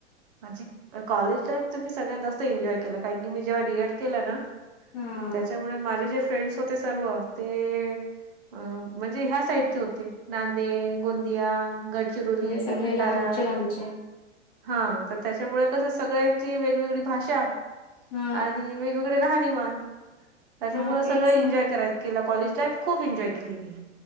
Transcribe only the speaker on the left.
हा
म्हणजे सगळे
लांबचे लांबचे
हा
हा
तेच
ना